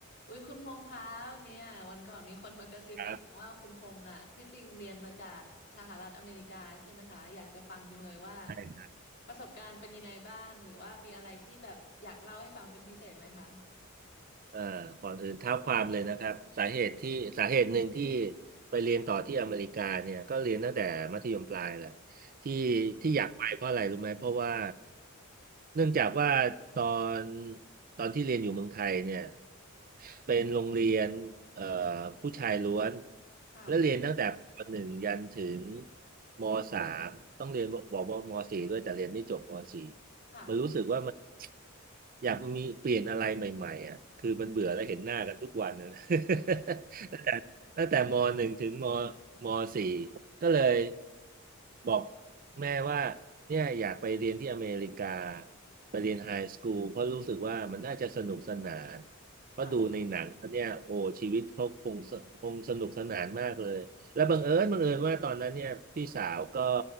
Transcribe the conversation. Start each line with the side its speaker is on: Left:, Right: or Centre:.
Left: อุ้ยคุณพงษ์คะเนี่ยวันก่อนมีคนมากระซิบอีกนะว่าคุณพงษ์อ่ะที่จริงเรียนมาจากสหรัฐอเมริกาใช่ไหมคะอยากจะฟังจังเลยว่า
Right: ครับใช่
Left: ประสบการณ์เป็นยังไงบ้างหรือว่ามีอะไรที่แบบอยากเล่าให้ฟังเป็นพิเศษไหมคะ
Right: เอ่อก่อนอื่นเท้าความเลยนะครับสาเหตุที่สาเหตุหนึ่งที่ไปเรียนต่อที่อเมริกาเนี่ยก็เรียนตั้งแต่มัธยมปลายแหละที่ที่อยากไปเพราะอะไรรู้ไหมเพราะว่าเนื่องจากว่าตอนตอนที่เรียนอยู่เมืองไทยเนี่ยเป็นโรงเรียนเอ่อผู้ชายล้วน
Left: ค่ะ
Right: และเรียนตั้งแต่ปหนึ่งยันถึงมสามต้องเรียนบอกว่าบอกว่ามสี่ด้วยแต่เรียนไม่จบมสี่
Left: ค่ะ
Right: มันรู้สึกว่ามันอยากมีเปลี่ยนอะไรใหม่ๆอ่ะคือมันเบื่อแล้วเห็นหน้ากันทุกวันนะ
Left: อืม
Right: <laughs> ตั้งแต่ตั้งแต่มหนึ่งถึงมมสี่ก็เลยบอกแม่ว่าเนี่ยอยากไปเรียนที่อเมริกาไปเรียนไฮสคูลเพราะรู้สึกว่ามันน่าจะสนุกสนานเพราะดูในหนังแล้วเนี่ยโอ้ชีวิตเขาคงสคงสนุกสนานมากเลยแล้วบังเอิญบังเอิญว่าตอนนั้นเนี่ยพี่สาวก็
Left: ค่ะ